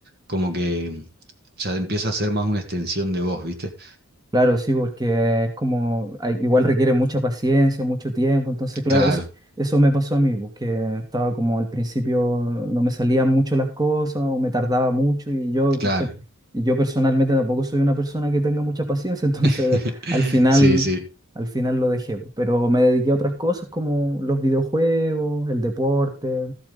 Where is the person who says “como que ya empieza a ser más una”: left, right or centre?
Right